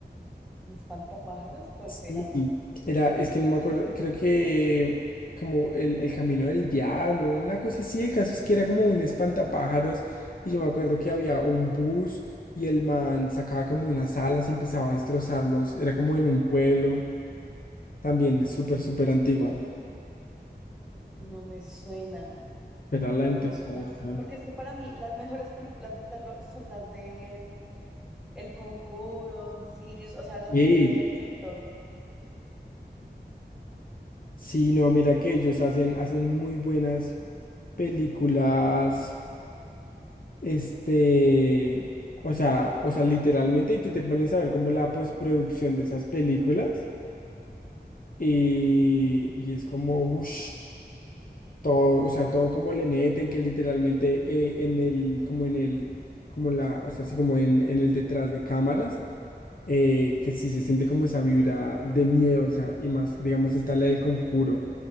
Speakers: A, in the centre; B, on the left (about 50°).
A: ¿Un espantapájaros? ¿Cuál
B: Sí,
A: será?
B: era, es que no me acuerdo, creo que como el, el camino del diablo, una cosa así, el caso es que era como un espantapájaros y yo me acuerdo que había un bus y el man sacaba como unas alas y empezaba a destrozarlos, era como en un pueblo, también es súper, súper antiguo,
A: No me suena,
B: pero la
A: no
B: intenté
A: me suena.
B: buscar.
A: Porque es que para mí las mejores películas de terror son las de, mm, El Conjuro, Insidious, o sea, las
B: Sí,
A: de ese director.
B: Sí, no, mira que ellos hacen, hacen muy buenas películas Este, o sea, o sea, literalmente, y te, te pones a ver como la postproducción de esas películas, y, y es como, uff, todo, o sea, todo como le meten, que literalmente eh, en el, como en el, como la, o sea, así como en, en el detrás de cámaras, eh, que sí se siente como esa vibra de miedo, o sea, y más, digamos, está la del conjuro,